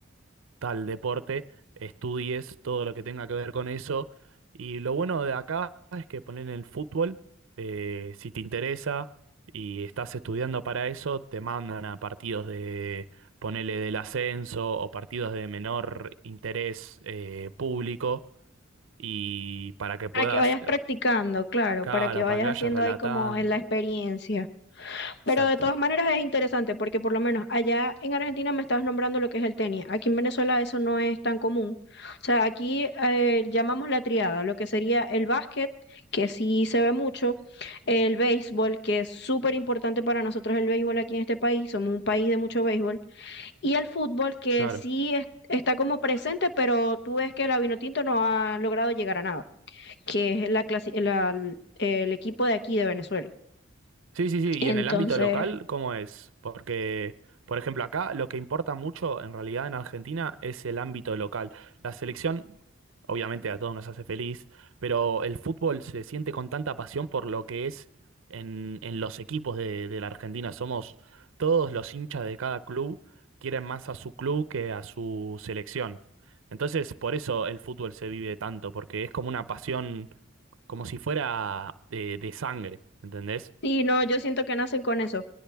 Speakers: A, on the right; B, on the left.
A: tal deporte, estudies todo lo que tenga que ver con eso. Y lo bueno de acá es que ponen el fútbol, eh, si te interesa y estás estudiando para eso, te mandan a partidos de, ponele del ascenso o partidos de menor interés eh, público y para que puedas,
B: Para que vayas practicando, claro,
A: claro,
B: para que vayas
A: para que
B: haciendo
A: vayas relatando.
B: ahí como en la experiencia. Pero
A: Exacto.
B: de todas maneras es interesante porque por lo menos allá en Argentina me estabas nombrando lo que es el tenis. Aquí en Venezuela eso no es tan común. O sea, aquí eh, llamamos la triada, lo que sería el básquet, que sí se ve mucho, el béisbol, que es súper importante para nosotros el béisbol aquí en este país, somos un país de mucho béisbol Y el fútbol, que
A: Claro.
B: sí es- está como presente, pero tú ves que la Vinotinto no ha logrado llegar a nada, que es la clasi- la- el equipo de aquí de Venezuela.
A: Sí, sí, sí. ¿Y
B: Entonces,
A: en el ámbito local, cómo es? Porque, por ejemplo, acá lo que importa mucho en realidad en Argentina es el ámbito local. La selección, obviamente, a todos nos hace feliz, pero el fútbol se siente con tanta pasión por lo que es en, en los equipos de, de la Argentina. Somos todos los hinchas de cada club, quieren más a su club que a su selección. Entonces, por eso el fútbol se vive tanto, porque es como una pasión, como si fuera de, de sangre, ¿entendés?
B: sí, no, yo siento que nacen con eso.